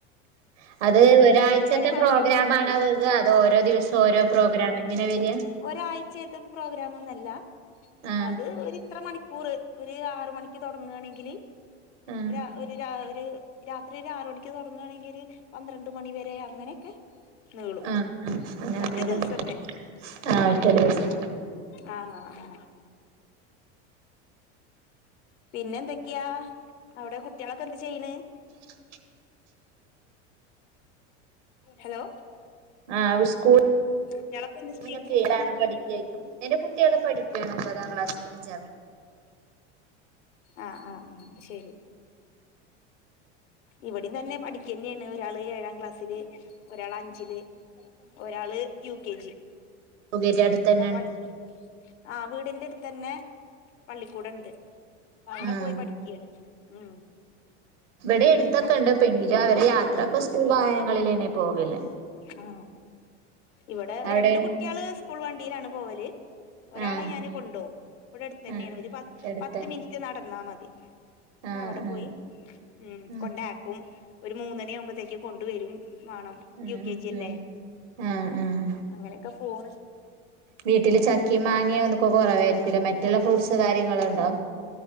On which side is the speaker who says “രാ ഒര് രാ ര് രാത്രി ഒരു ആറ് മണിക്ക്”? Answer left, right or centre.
Left